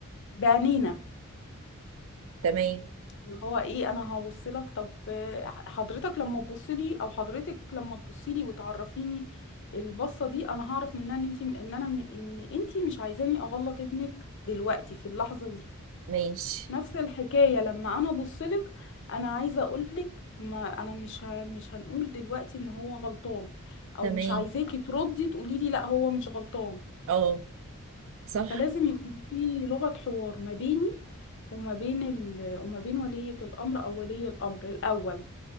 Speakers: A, on the left; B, on the right.
A: بعينينا
B: تمام
A: اللي هو ايه انا هبص لك طب آه، حضرتك لما تبصي لي او حضرتك لما تبصي لي وتعرفيني البصة دي انا هعرف منها ان انت ان انا ان انت مش عايزاني اغلط ابنك دلوقتي في اللحظة دي
B: ماشي
A: نفس الحكاية لما انا بصلك انا عايزة اقولك ما انا مش ه... مش هنقول دلوقتي ان هو غلطان او
B: تمام
A: مش عايزاكي تردي تقولي لي لا هو مش غلطان
B: اه صح
A: فلازم يكون في لغة حوار ما بيني وما بين ال... وما بين ولية الامر او ولي الامر الاول